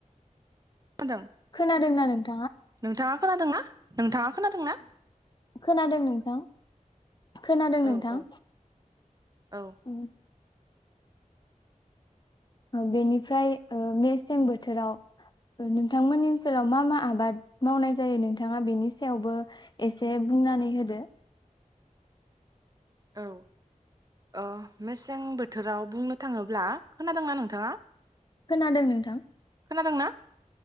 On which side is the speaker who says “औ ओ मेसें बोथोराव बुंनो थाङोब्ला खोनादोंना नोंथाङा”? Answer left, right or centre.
Right